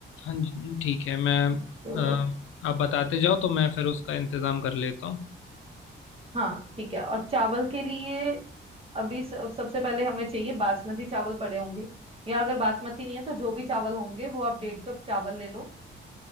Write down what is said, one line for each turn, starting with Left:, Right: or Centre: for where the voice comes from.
Left: हाँ जी ठीक है मैं
Right: तो
Left: अ, आप बताते जाओ तो मैं फिर उसका इंतज़ाम कर लेता हूँ
Right: हाँ ठीक है और चावल के लिए अभी सब, सबसे पहले हमें चाहिए बासमती चावल पड़े होंगे या अगर बासमती नहीं है तो जो भी चावल होंगे वो आप डेढ़ कप चावल ले लो